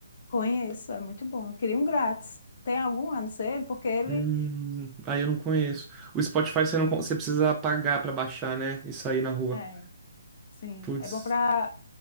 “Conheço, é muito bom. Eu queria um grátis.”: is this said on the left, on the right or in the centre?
Left